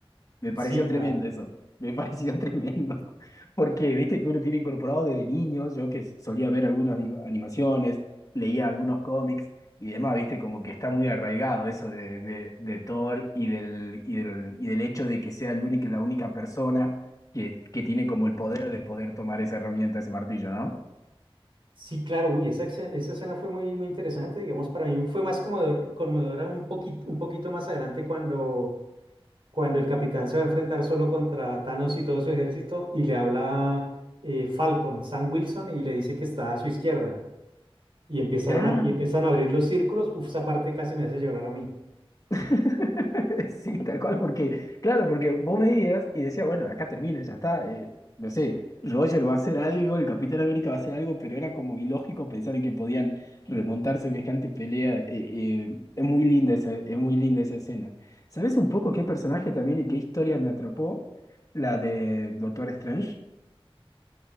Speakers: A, on the left; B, on the right.
A: Me pareció
B: Sí,
A: tremendo
B: claro.
A: eso. Me pareció <laughs> tremendo. Porque viste que uno tiene incorporado desde niño, yo que solía ver algunas di- animaciones, leía algunos cómics y demás, viste, como que está muy arraigado eso de, de, de Thor y del, y del, y del hecho de que sea el único, la única persona que, que tiene como el poder de poder tomar esa herramienta, ese martillo, ¿no?
B: Sí, claro, uy, esa, exe- esa escena fue muy, muy interesante, digamos, para mí fue más conmovedor- conmovedora un poquito, un poquito más adelante cuando cuando el capitán se va a enfrentar solo contra Thanos y todo su ejército y le habla eh, Falcon, Sam Wilson, y le dice que está a su izquierda. Y empezaron
A: Ah,
B: a, y empiezan a abrir los círculos. Uf, esa parte casi me hace llorar a mí.
A: <laughs> sí, tal cual, porque, claro, porque vos veías y decías, bueno, acá termina, ya está, eh, no sé, Roger va a hacer algo, el Capitán América va a hacer algo, pero era como ilógico pensar en que podían remontar semejante pelea, eh, eh, es muy linda esa, es muy linda esa escena. ¿Sabes un poco qué personaje también y qué historia me atrapó? La de Doctor Strange.